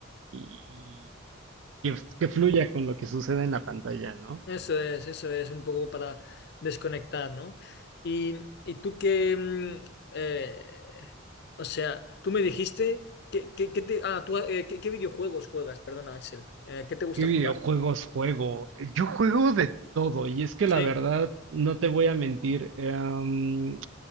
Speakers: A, on the right; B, on the left.
A: y que, que fluya con lo que sucede en la pantalla, ¿no?
B: Eso es, eso es un poco para desconectar, ¿no? Y, y tú que, mm, eh, o sea, tú me dijiste que, que- que te, ah, tú, eh, ¿qué, qué videojuegos juegas? Perdona, Axel. Eh, ¿qué te gusta
A: ¿Qué videojuegos
B: jugar?
A: juego? Yo juego de todo y es que
B: Sí.
A: la verdad, no te voy a mentir, em,